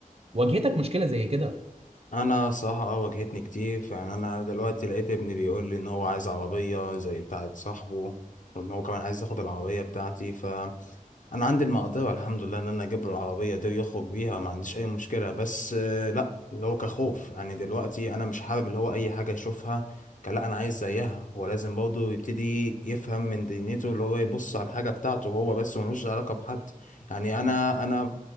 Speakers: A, on the right; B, on the left.
A: واجهتك مشكله زي كده
B: انا صراحة اه واجهتني كتير يعني انا دلوقتي لقيت ابني بيقول لي ان هو عايز عربية زي بتاعة صاحبه وان هو كمان عايز ياخد العربية بتاعتي ف انا عندي المقدرة الحمد لله ان انا اجيب له العربية دي ويخرج بيها ما عنديش اي مشكلة بس آه، لا اللي هو كخوف يعني دلوقتي انا مش حابب اللي هو اي حاجة يشوفها كان لا انا عايز زيها هو لازم برضه يبتدي يفهم من دنيته اللي هو يبص على الحاجة بتاعته هو بس وملوش علاقة بحد يعني انا انا